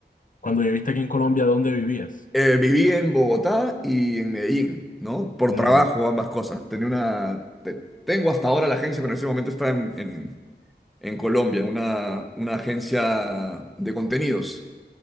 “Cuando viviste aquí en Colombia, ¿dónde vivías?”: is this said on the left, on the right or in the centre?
Left